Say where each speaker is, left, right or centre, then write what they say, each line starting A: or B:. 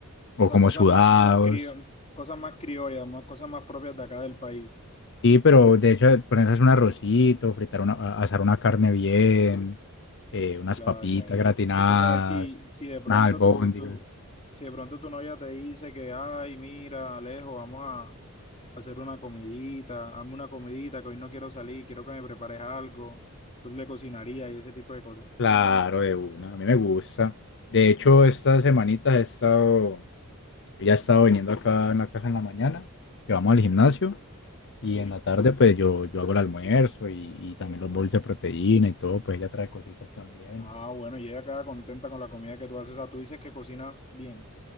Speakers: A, on the left; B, on the left.
A: o
B: O sea,
A: como
B: cosas
A: sudados.
B: más, más crio- cosas más criollas, más, cosas más propias de acá del país.
A: Sí, pero de hecho, ponerse a hacer un arrocito, fritar una, a- asar una carne bien, eh, unas
B: Claro,
A: papitas
B: ya, ya.
A: gratinadas,
B: O sea, si, si de pronto
A: nada, albóndigas.
B: tu, tu, si de pronto tu novia te dice que, ay, mira, Alejo, vamos a hacer una comidita, hazme una comidita, que hoy no quiero salir, quiero que me prepares algo, tú le cocinarías y ese tipo de cosas.
A: Claro, de una, a mí me gusta. De hecho, estas semanitas he estado, ella ha estado viniendo acá en la casa en la mañana, que vamos al gimnasio,
B: Sí,
A: y
B: sí.
A: en la tarde pues yo, yo hago el almuerzo y, y también los bowls de proteína y todo, pues ella trae cositas también.
B: Ah, bueno, y ella queda contenta con la comida que tú haces. O sea, tú dices que cocinas bien.